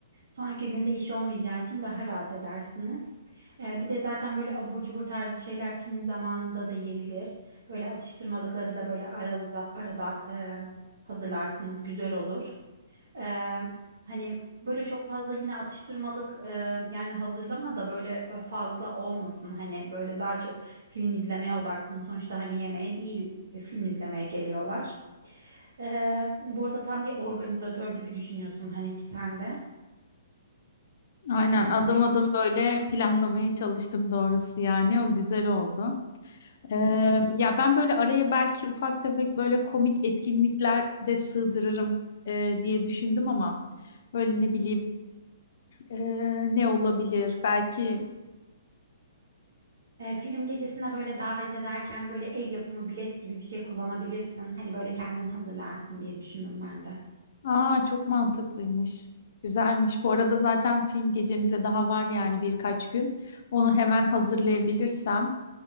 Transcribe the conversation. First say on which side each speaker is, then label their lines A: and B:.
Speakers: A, on the right (about 75°); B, on the left (about 50°).
A: Sonraki günde iş olmayacağı için daha rahat edersiniz. Ee, bir de zaten böyle abur cubur tarzı şeyler film zamanında da yenilir. Böyle atıştırmalıkları da böyle arada, arada e, hazırlarsınız. Güzel olur. Ee, hani böyle çok fazla yine atıştırmalık e, yani hazırlama da böyle e, fazla olmasın. Hani böyle daha çok film izlemeye odaklanın. Sonuçta hani yemeğe değil e, film izlemeye geliyorlar. Ee, bu arada tam bir organizatör gibi düşünüyorsun hani ki sen de.
B: Aynen
A: E,
B: adım
A: bu film
B: adım böyle planlamaya çalıştım doğrusu yani o güzel oldu. Eee, ya ben böyle araya belki ufak tefek böyle komik etkinlikler de sığdırırım eee, diye düşündüm ama böyle ne bileyim eee, ne olabilir belki
A: e, film gecesine böyle davet ederken böyle el yapımı bilet gibi bir şey kullanabilirsin. Hani böyle kendin hazırlarsın diye düşündüm ben de.
B: aa çok mantıklıymış güzelmiş bu arada zaten film gecemize daha var yani birkaç gün onu hemen hazırlayabilirsem